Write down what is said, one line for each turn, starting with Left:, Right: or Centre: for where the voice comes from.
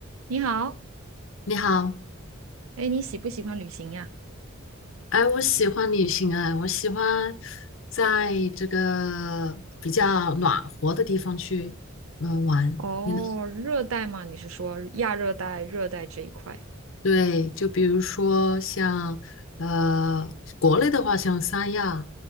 Right: 你好，
Left: 你好，
Right: 哎，你喜不喜欢旅行呀？
Left: 哎，我喜欢旅行哎，我喜欢在这个比较暖和的地方去，嗯、玩。
Right: 哦，
Left: 你呢？
Right: 热带吗？你是说亚热带、热带这一块？
Left: 对，就比如说像呃，国内的话像三亚，